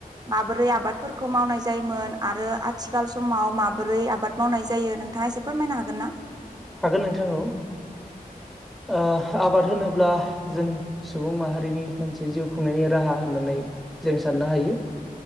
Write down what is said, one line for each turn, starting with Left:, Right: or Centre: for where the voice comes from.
Right: माबोरै आबाद फोरखौ मावनाय जायोमोन आरो आथिखाल समाव माबोरै आबाद मावनाय जायो नोंथाङा एसे फोरमायनो हागोनना <inaudible>
Centre: हागोन नोंथां औ ओ आबाद होनोब्ला जों सुबुं माहारिनि मोनसे जिउ खुंनायनि राहा होननानै जों साननो हायो